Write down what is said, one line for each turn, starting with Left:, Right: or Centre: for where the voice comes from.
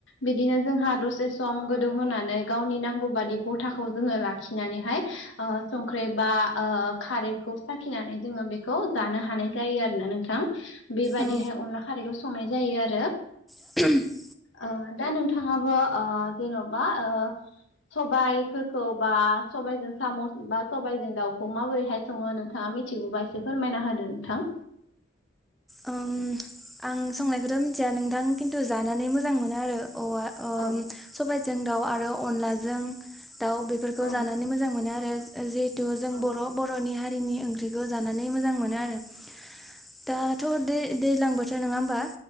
Left: बिदिनो जोंहा दसे सम गोदौहोनानै गावनि नांगौ बादि गथाखौ जोङो लाखिनानैहाय ओ संख्रि बा ओ खारैखौ साखिनानै जोङो बेखौ जानो हानाय जायो आरोना नोंथां। बेबादिहाय
Centre: औ
Left: अनला खारैखौ संनाय जायो आरो।
Centre: <inaudible>
Left: ओ दा नोंथाङाबो ओ जेन'बा ओ सबाइफोरखौ बा सबाइजों साम' बा सबाइजों दाउखौ माबोरै हाय सङो नोंथाङा मिथिगौबा एसे फोरमायना होदो नोंथां।
Centre: ओम आं संनायखौथ' मिथिया नोंथां खिन्थु जानानै मोजां मोनो आरो औवा
Left: औ
Centre: सबायाइजों दाउ आरो अनलाजों दाउ बेफोरखौ
Left: औ
Centre: जानानै मोजां मोनो आरो जिहेथु जों
Left: औ
Centre: बर', बर'नि हारिनि ओंख्रिखौ जानानै मोजां मोनो आरो। दाथ' दै-दैज्लां बोथोर नङा होमबा?